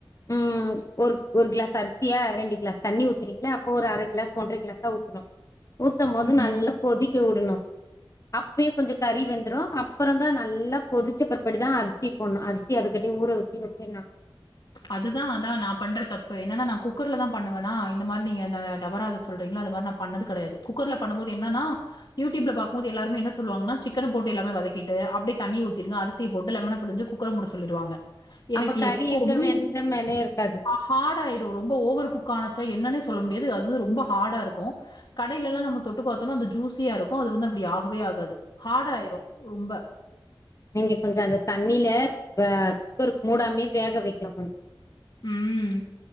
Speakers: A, on the left; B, on the left.
A: ம் ஒரு ஒரு கிளாஸ் அரிசியா ரெண்டு கிளாஸ் தண்ணி ஊத்துறீங்களா அப்போ ஒரு அர கிளாஸ் ஒன்ற கிளாஸா ஊத்தணு ஊத்தம் போது நல்லா
B: ம்.
A: கொதிக்கவுடணு அப்பயே கொஞ்ச கறி வெந்துரு அப்புறந்தா நல்லா கொதிச்ச பற்பாடு தா அரிசி போட்ணு அரிசிய அதுக்காட்டி ஊற வச்சு வச்சுர்ணு
B: அதுதா அதா நா பண்ற தப்பு என்னன்னா நா குக்கர்ல தா பண்ணுவேன்னா இந்த மாரி நீங்க இந்த டபரால சொல்றீங்கல்ல அது மாரி நா பண்ணது கெடையாது குக்கர்ல பண்ணம் போது என்னன்னா யூடியூப்ல பாக்கும்போது எல்லாருமே என்ன சொல்வாங்கன்னா சிக்கன போட்டு எல்லாமே வதக்கிட்டு அப்டே தண்ணிய ஊத்திருங்க அரிசிய போட்டு லெமன புழுஞ்சு குக் கர மூட சொல்லிடுவாங்க எனக்கு
A: அப்ப கறி
B: எப்போவுமே
A: எங்க வெந்த மேனே இருக்காது
B: ஆ ஹார்ட் ஆயிரு ரொம்ப ஓவர் குக் ஆனுச்சா என்னன்னே சொல்ல முடியாது அது வந்து ரொம்ப ஹார்டா இருக்கு கடையிலல்லா நம்ம தொட்டு பாத்தோன்னா அந்த ஜூஸியா இருக்கு அது வந்து அப்படி ஆகவே ஆகாது ஹார்ட் ஆயிரு ரொம்ப
A: நீங்க கொஞ்ச அந்த தண்ணில வ குக்கர் மூடாமயே வேக வக்கனு கொஞ்ச
B: ம்